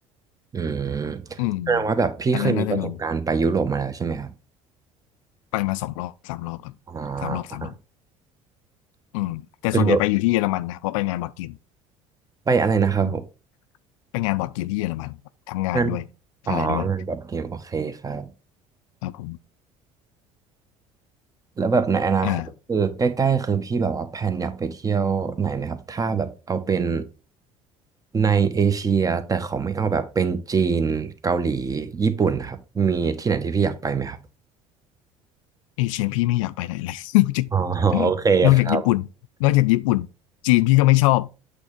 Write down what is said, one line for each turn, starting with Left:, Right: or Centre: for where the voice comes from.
Right: อืม
Left: อืม
Right: แสดงว่าแบบพี่เคยมีประสบการณ์ไปยุโรปมาแล้วใช่ไหมครับ
Left: อันนั้นน่าจะโดนไปมาสองรอบสามรอบครับสามรอบสามรอบ
Right: อ่า
Left: อืมแต่ส่วนใหญ่ไปอยู่ที่เยอรมันนะเพราะไปงานบอร์ดเกม
Right: เป็นหรอไปอะไรนะครับผม
Left: อืมไปงานบอร์ดเกมที่เยอรมันทำงานด้วยอะไรด้วย
Right: งานอ๋องานบอร์ดเกมโอเคครับ
Left: ครับผม
Right: แล้วแบบในอนาคตคือใกล้ๆคือพี่แบบว่าแพลนอยากไปเที่ยวไหนไหมครับถ้าแบบเอาเป็น
Left: อ่า
Right: ในเอเชียแต่เขาไม่เอาแบบเป็นจีนเกาหลีญี่ปุ่นครับมีที่ไหนที่พี่อยากไปไหมครับ
Left: เอเชียพี่ไม่อยากไปไหนเลย <laughs> นอกจาก
Right: อ๋อ <laughs> โอเคครับ
Left: นอกจากญี่ปุ่นนอกจากญี่ปุ่นจีนพี่ก็ไม่ชอบ